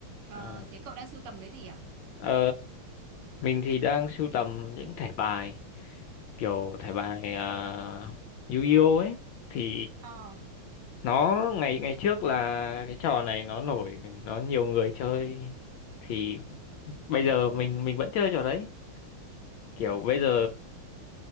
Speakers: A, on the right; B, on the left.
A: Ờ,
B: À.
A: thế cậu đang sưu tầm cái gì à?
B: Ờ, mình thì đang sưu tầm những thẻ bài kiểu thẻ bài uh, Yu-Gi-Oh ấy thì
A: Ờ.
B: nó ngày ngày trước là cái trò này nó nổi nó nhiều người chơi thì bây giờ mình mình vẫn chơi trò đấy kiểu bây giờ
A: Ừ.